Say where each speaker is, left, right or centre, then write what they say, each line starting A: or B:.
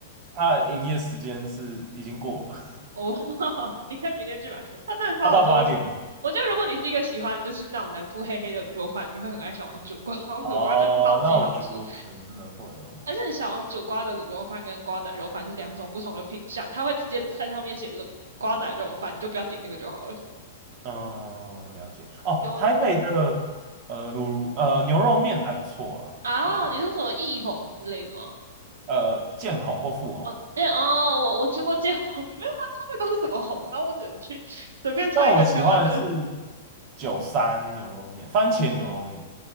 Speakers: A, on the right (about 40°); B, on the right (about 70°).
A: 它的营业时间是已经过了，
B: 哦，<laughs> 你可以明天去买，它真的超好吃。
A: <laughs> 它到八点。
B: 我觉我觉得如果你是一个喜欢就是那种南部黑黑的卤肉饭，你会很爱小王煮瓜。小王煮瓜真的超级好吃，
A: 哦，那我觉得我可能真的会哦。
B: 而且小王煮瓜的卤肉饭跟瓜仔肉饭是两种不同的品相，它会直接在上面写卤瓜仔肉饭，你就不要点那个就好了。
A: 嗯，了解。哦，
B: 有
A: 台北的呃卤呃牛肉面还不错啦，
B: 啊，
A: 我觉得
B: 你说什么艺红之类的吗？
A: 呃见红或富红。
B: 哦，见哦，我我吃过见红，<laughs> 没有它他们都是什么红，然后我只能去随便猜一个台湾的。
A: 但我喜欢的是九三牛肉面，番茄牛肉面
B: 哦